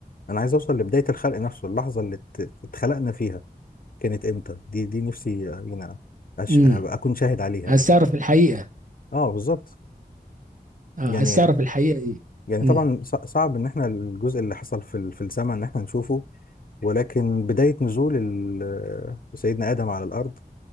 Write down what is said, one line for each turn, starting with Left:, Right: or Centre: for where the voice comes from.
Left: انا عايز اوصل لبدايه الخلق نفسه اللحظه اللي ات- اتخلقنا فيها كانت امتى دي دي نفسي آه، يعني أش-
Right: امم
Left: أبقى اكون شاهد عليها
Right: عايز
Left: يعني
Right: تعرف الحقيقة
Left: اه بالظبط
Right: اه
Left: يعني
Right: عايز تعرف الحقيقة ايه
Left: يعني
Right: امم
Left: طبعا ص- صعب ان احنا الجزء اللي حصل في ال- في السماء ان احنا نشوفه ولكن بداية نزول ال- آه، سيدنا آدم على الأرض